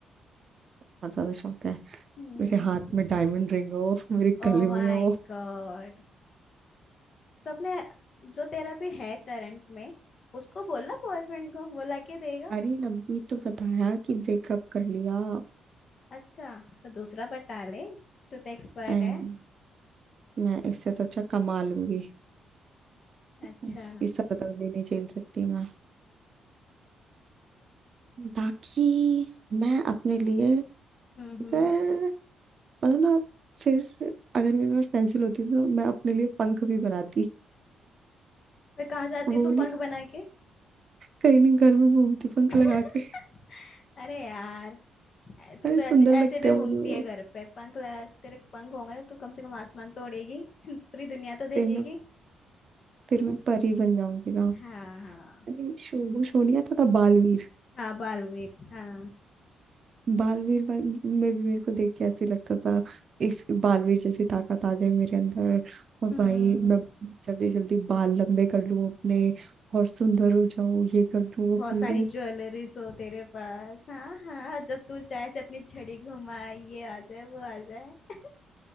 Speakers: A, on the right (about 45°); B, on the left (about 50°).
A: बहुत ज्यादा शौक है
B: हम्म
A: मेरे हाथ में डायमंड रिंग हो मेरे
B: Oh
A: गले में
B: my
A: हो
B: god तो अपने जो तेरा भी है करंट में उसको बोलना बॉयफ्रेंड को वो लाके देगा
A: अरे अभी तो बताया कि ब्रेकअप कर लिया
B: अच्छा तो दूसरा बता ले तू तो एक्सपर्ट
A: एंड
B: है
A: मैं इससे तो अच्छा कमा लूंगी
B: अच्छा
A: उसकी सर दर्द ही नहीं झेल सकती मैं बाकी मैं अपने लिए
B: हम्म
A: अगर
B: हम्म
A: मतलब ना फिर अगर मेरे पास पेंसिल होती तो मैं अपने लिए पंख भी बनाती
B: फिर कहाँ जाती
A: वो
B: तू
A: नहीं
B: पंख बना के
A: कहीं नहीं घर में घूमती पंख
B: <laughs>
A: लगा के
B: अरे यार ऐ- तू
A: अरे
B: तो
A: सुंदर
B: ऐसे
A: लगते
B: ऐसे भी
A: हैं
B: घूमती
A: मुझे वो
B: है घर पे पंख लगा तेरे पंख होंगे ना तू कम से कम आसमान तो उड़ेगी <laughs> पूरी दुनिया तो देखेगी
A: फिर मैं फिर मैं परी बन जाऊंगी ना
B: हाँ हाँ
A: अरे शोभू शोनिया तथा बालवीर
B: हाँ बालवीर हाँ
A: बालवीर वाल- में भी मेरे को देख के ऐसे लगता था इस बालवीर जैसी ताकत आ जाए मेरे अंदर और
B: हम्म
A: भाई मैं जल्दी जल्दी बाल लंबे कर लूं अपने और सुंदर हो जाऊं ये कर लूं वो
B: बहुत
A: कर लूं
B: सारी ज्वेलरीज हो तेरे पास हाँ हाँ जब तू चाहे से अपनी छड़ी घुमा ये आ जाए वो आ जाए